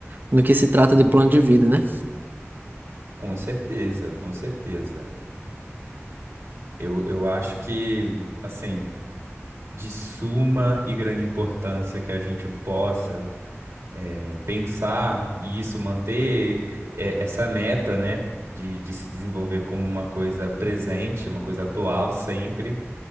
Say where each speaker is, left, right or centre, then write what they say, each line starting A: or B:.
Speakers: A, on the right (about 40°); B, on the right (about 75°).
A: no que se trata de plano de vida, né?
B: Com certeza, com certeza. Eu, eu acho que, assim, de suma e grande importância que a gente possa. é, pensar e isso manter é, essa meta, né, de, de se desenvolver como uma coisa presente, uma coisa atual sempre,